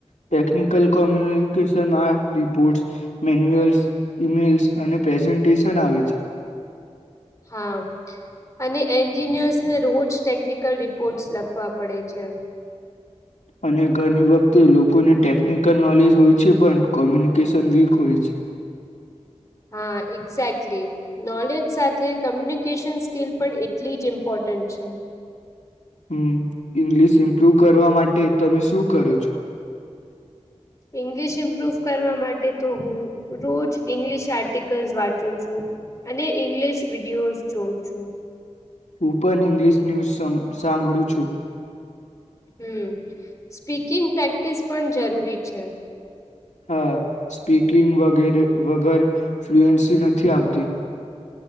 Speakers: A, on the left; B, on the left.
A: ટેકનિકલ કોમ્યુનિકેશનમાં રિપોર્ટ્સ મેન્યુઅલ્સ ઇમેલ્સ અને પ્રેઝન્ટેશન આવે છે.
B: હા અને એન્જિનિયર્સને રોજ ટેકનિકલ રિપોર્ટસ લખવા પડે છે.
A: અને ગણી વખતે લોકોને ટેકનિકલ નોલેજ હોય છે પણ કોમ્યુનિકેશન વીક હોય છે.
B: હા એક્ઝેક્ટલી! નોલેજ સાથે કમ્યુનિકેશન સ્કિલ પણ એટલી જ ઇમ્પોર્ટન્ટ છે.
A: હમ્મ ઈંગ્લિશ ઇમ્પ્રુવ કરવા માટે તમે શું કરો છો?
B: ઇંગલિશ ઈમ્પ્રુ પ્રૂવ કરવા માટે તો હું રોજ ઇંગ્લિશ આર્ટિકલ્સ વાંચું છું અને ઇંગ્લિશ વિડીિયોઝ જોઉં છું.
A: હું પણ ઇંગ્લીિશ ન્યૂઝ સમ સાંભળું છું.
B: હમ્મ સ્પીકિંગ પ્રેક્ટિસ પણ જરૂરી છે.
A: હા સ્પીકિંગ વગેરે વગર ફ્લુએન્સી નથી આવતી